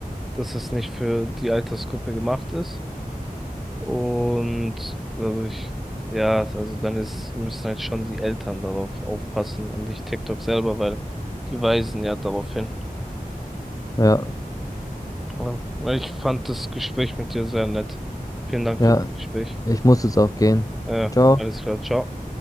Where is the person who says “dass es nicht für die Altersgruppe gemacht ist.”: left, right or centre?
Centre